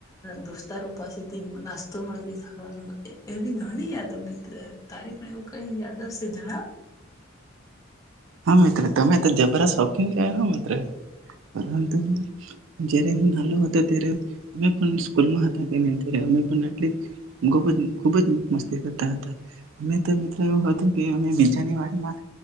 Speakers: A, on the left; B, on the right.
A: દોસ્તારો પાસેથી નાસ્તોમાં એ થવાનું એવી ઘણી યાદો મિત્ર તારી પણ એવું કઈ તો જણાવ
B: હા તમે જબરા શોખીન કહેવાય મિત્ર પરંતુ જયારે હું નાહલો હતો ત્યારે અમે પણ સ્કૂલમાં હતા કે અઆટલી ખુબ જ મસ્તી કરતા હતા અમે મિત્રો એવું હતું કે અ બીજાની વાડીમાં